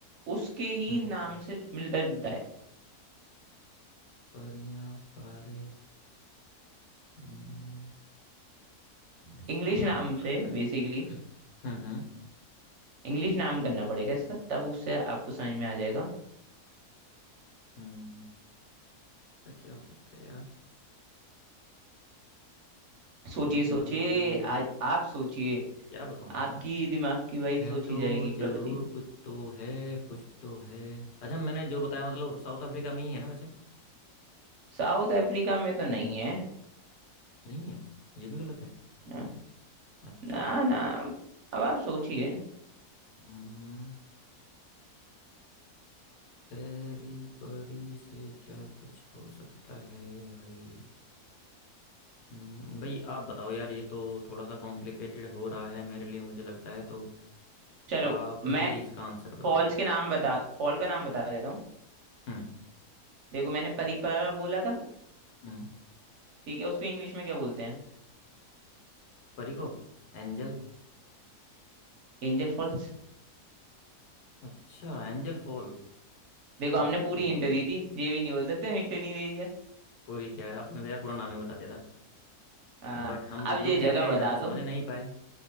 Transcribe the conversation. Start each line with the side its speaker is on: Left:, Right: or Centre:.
Right: उसके ही
Left: हम्म
Right: नाम से मिलता जुलता है
Left: पर यहाँ पर हम्म, ऐसा
Right: इंग्लिश
Left: क्या
Right: नाम
Left: हो सकता
Right: से
Left: है
Right: बेसिकली
Left: हम्म हम्म
Right: इंग्लिश नाम करना पड़ेगा इसका तब उससे आपको समझ में आ जाएगा
Left: हम्म, ऐसा क्या हो सकता है यार
Right: सोचिए
Left: हम्म
Right: सोचिए
Left: हम्म हम्म, हम्म,
Right: आज आप सोचिए
Left: क्या बताऊं यार
Right: आपकी
Left: मैं
Right: दिमाग की वही
Left: है
Right: सोची
Left: तो
Right: जाएगी प्रवृत्ति
Left: जरूर कुछ तो है कुछ तो है अच्छा मैंने जो बताया मतलब साउथ अफ्रीका में ही है ना वैसे
Right: साउथ अफ्रीका में तो नहीं है
Left: नहीं है ये भी गलत है
Right: ना
Left: अच्छा
Right: ना, ना अब आप सोचिए
Left: हम्म परी परी से क्या कुछ हो सकता है भाई हम्म, भाई आप बताओ यार ये तो थोड़ा सा कॉम्प्लिकेटेड हो रहा है मेरे लिए मुझे लगता है तो
Right: चलो
Left: आप
Right: मैं
Left: ही इसका आंसर बताओ
Right: फॉल्स के नाम बता फॉल का नाम बता देता हूँ
Left: हम्म
Right: देखो मैंने परीपरा बोला था
Left: हम्म
Right: ठीक है उसको इंग्लिश में क्या बोलते हैं
Left: परी को एंजल
Right: Angel false
Left: अच्छा एंजल फॉल
Right: देखो हमने
Left: ओके
Right: पूरी हिंट दी थी ये भी नहीं बोल सकते हिंट नहीं दे दिया
Left: पूरी क्या है आपने तो यार पूरा नाम ही बता दिया था
Right: हाँ
Left: बट हम बुद्धू
Right: अब ये
Left: ठहरे
Right: जगह बता
Left: हम समझ
Right: दो
Left: नहीं पाए